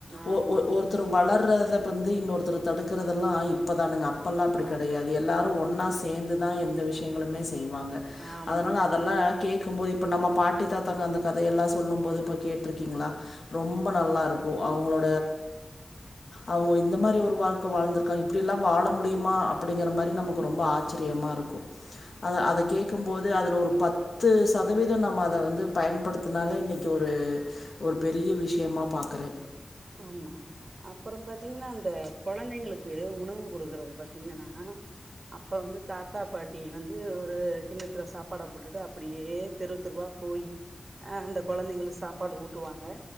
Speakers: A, on the right; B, on the left.
A: ஆமா
B: ஒ ஒ ஒருத்தரு வளர் ரத பந்து இன்னொருத்தரு தடுக்கிறதெல்லா இப்பதானுங்க அப்பல்லா அப்டி
A: ஆமா
B: கெடையாது எல்லாரு ஒன் னா சேந்துதா எந்த விஷியங்களுமே செய்வாங்க
A: ஆமா
B: அதனால அதெல்லா கேக்கும்போது இப்ப நம்ம பாட்டி தாத்தாங்க அந்த கதையெல்லா சொல்லும்போது இப்ப கேட்ருக்கீங்ளா ரொம்ப நல்லா இருக்கு அவுங்குளோ
A: உ
B: அவ்ங்கு வை இந்த மாரி ஒரு வாழ்க்க வாழ்ந்திருக்கா இப்டியெல்லா வாழ முடியுமா அப்புடிங்கிற மாரி நமக்கு ரொம்ப ஆச்சரியமா இருக்கு அதா அத கேக்கும்போது அதுல ஒரு பத்து சதவீதோ நம் மா அத வந்து பயன்படுத்துனாலே இன்னைக்கு ஒரு ஒரு பெரிய விஷ்யமா பாக்குறே
A: ம் ஹு அப்பறம் பாத்தீங்ன்னா அந்த கொழந்தைங்ளுக்கு உணவு குடுக்குறத பாத்தீங்கனா அப்ப வந்து தாத்தா பாட்டி வந்து ஒரு கிண்ணத்துல சாப்பாட போட்டுட்டு அப்பிடியே தெருவ் தெருவா போயி அ அந்த கொழந்தைங்கிளு சாப்பாடு ஊட்டுவாங்க